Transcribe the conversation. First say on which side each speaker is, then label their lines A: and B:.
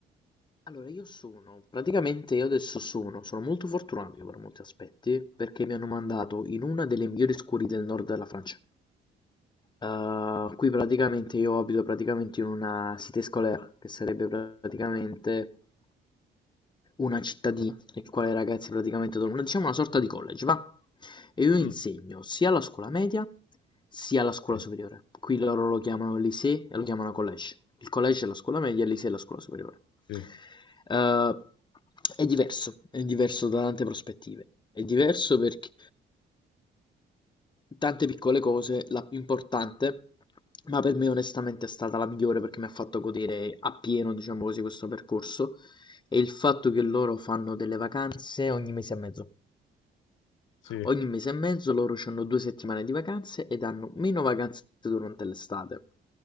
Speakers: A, on the left; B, on the left.
A: Allora, io sono, praticamente io adesso sono, sono molto fortunato io per molti aspetti, perché mi hanno mandato in una delle migliori scuole del nord della Francia. Eh, qui praticamente io abito praticamente in una cité scolaire, che sarebbe praticamente una cittadina nel quale i ragazzi praticamente dormono, diciamo una sorta di college, va? E io insegno
B: Mm.
A: sia alla scuola media sia alla scuola
B: Sì,
A: superiore. Qui loro lo chiamano lycée e lo chiamano college. Il college è la scuola media, il lycée è la scuola superiore.
B: sì,
A: Eh, è diverso, è diverso da tante prospettive. È diverso perché tante piccole cose, la più importante, ma per me onestamente è stata la migliore perché mi ha fatto godere appieno, diciamo così, questo percorso è il fatto che loro fanno delle vacanze ogni mese e mezzo.
B: sì.
A: Ogni mese e mezzo loro hanno due settimane di vacanze ed hanno meno vacanze durante l'estate.